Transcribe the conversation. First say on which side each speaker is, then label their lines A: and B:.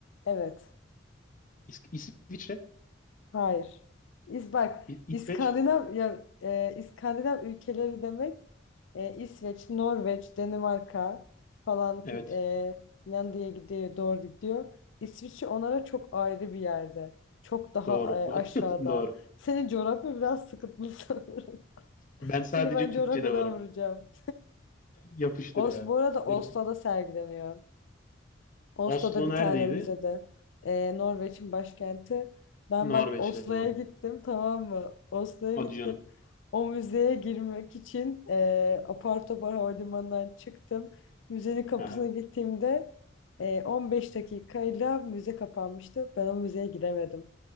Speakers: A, on the left; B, on the left.
A: Evet.
B: İs- İsviçre?
A: Hayır. İz bak
B: İ- İsveç?
A: İskandinav ya e, İskandinav ülkeleri demek e, İsveç, Norveç, Danimarka falan
B: Evet.
A: fil- e, Finlandiya'ya gidiyor, doğru gidiyor. İsviçre onlara çok ayrı bir yerde. Çok daha
B: Doğru.
A: e,
B: <laughs>
A: aşağıda.
B: Doğru.
A: Senin coğrafya biraz sıkıntılı <laughs> sanırım.
B: Ben sadece
A: Seni ben
B: Türkçe'de
A: coğrafyadan
B: varım.
A: vuracağım.
B: Yapıştır
A: Os,
B: ya.
A: bu arada Oslo'da
B: Dur,
A: sergileniyor. Oslo'da
B: Oslo
A: bir
B: neredeydi?
A: tane müzede. Ee, Norveç'in başkenti. Ben
B: Norveç'te
A: bak Oslo'ya
B: doğru.
A: gittim tamam mı? Oslo'ya
B: Hadi
A: gittim.
B: canım.
A: O müzeye girmek için e, apar topar havalimanından çıktım. Müzenin kapısına
B: Aha.
A: gittiğimde e, 15 dakikayla müze kapanmıştı. Ben o müzeye giremedim.